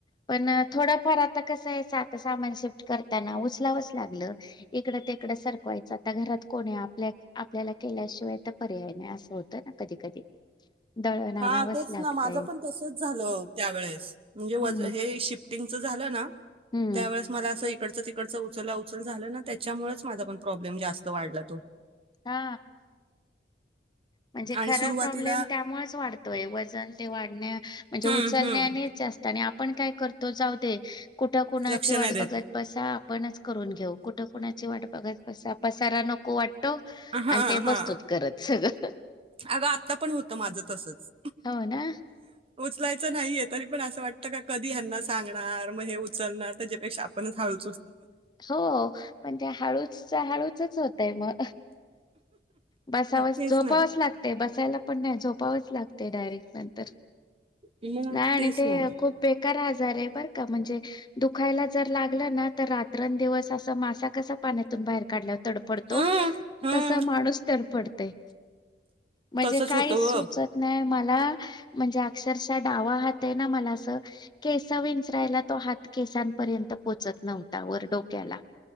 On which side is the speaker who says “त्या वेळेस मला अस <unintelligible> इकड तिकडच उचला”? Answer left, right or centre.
Right